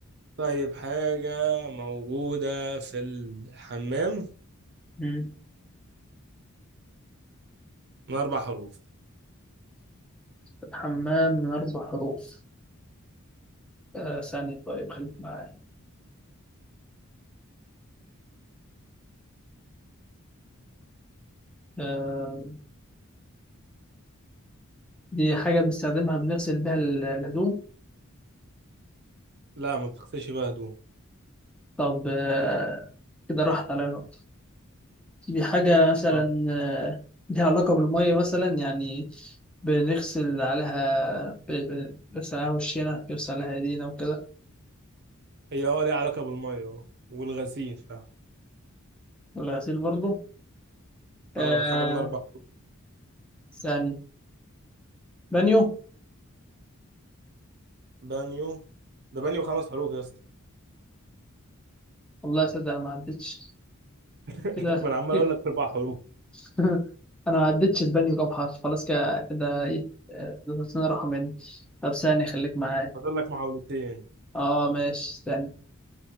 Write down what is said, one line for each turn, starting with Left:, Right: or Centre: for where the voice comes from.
Right: طيب حاجة موجودة في الحمام
Centre: مم.
Right: من أربع حروف
Centre: الحمام من أربع حروف آه... ثانية طيب خليك معايا آه... دي حاجة بنستخدمها بنغسل بيها ال- الهدوم
Right: لا ما بتغسلش بيها هدوم
Centre: طب آه... كده راحت عليا نقطة دي حاجة مثلا
Right: اه
Centre: آه، ليها علاقة بالمية مثلا يعني بنغسل عليها ب- ب- بنغسل عليها وشنا بنغسل عليها ايدينا وكده
Right: هي اه ليها علاقة بالمية اه والغسيل فاهم
Centre: والغسيل برضو آه
Right: اه حاجة من أربع
Centre: ثاني بانيو
Right: بانيو ده بانيو خمس حروف يا اسطى
Centre: والله صدق انا ما عدتش
Right: <laughs>
Centre: كده
Right: ما أنا عمال
Centre: كده.
Right: أقول لك أربع حروف
Centre: <laughs> انا ما عدتش البانيو كام حرف خلاص كده كده ايه آه، ضغطتنا رقم يعني طب ثاني خليك معايا
Right: فاضل لك محاولتين
Centre: اه ماشي ثاني